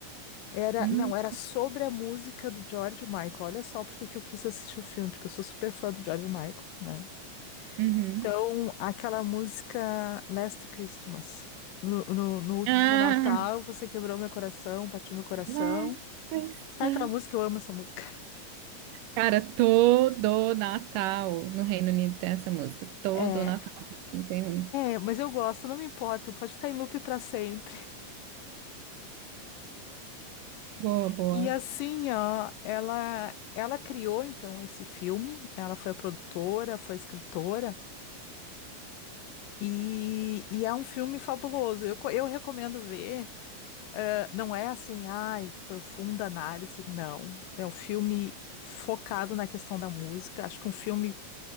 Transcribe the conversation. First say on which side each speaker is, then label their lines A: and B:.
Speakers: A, on the left; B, on the right.
A: Era,
B: Hum,
A: não, era sobre a música do George Michael. Olha só porque que que eu quis assistir o filme, porque eu sou super fã do George Michael, né?
B: uhum.
A: Então, aquela música Last Christmas. No, no, no último
B: Ah,
A: Natal, você quebrou meu coração, partiu meu coração.
B: Last Christmas.
A: Sabe aquela música? Eu amo essa música. <laughs>
B: Cara, todo Natal no Reino Unido tem essa música. Todo
A: É,
B: Natal. Não tem um.
A: é, mas eu gosto, não me importa, pode ficar em loop pra sempre.
B: Boa, boa.
A: E assim, ó, ela, ela criou então esse filme, ela foi a produtora, foi a escritora, e, e é um filme fabuloso. Eu, co- eu recomendo ver. eh, não é assim, ai, profunda análise, não. É um filme focado na questão da música. Acho que um filme